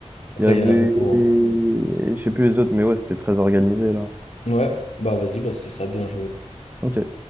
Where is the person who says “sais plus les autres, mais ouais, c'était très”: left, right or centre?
Right